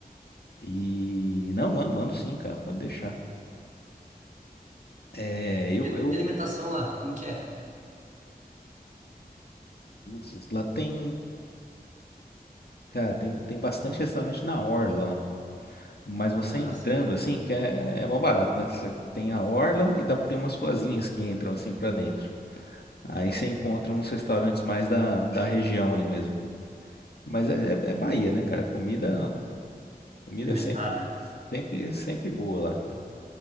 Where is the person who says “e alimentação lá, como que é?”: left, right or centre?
Right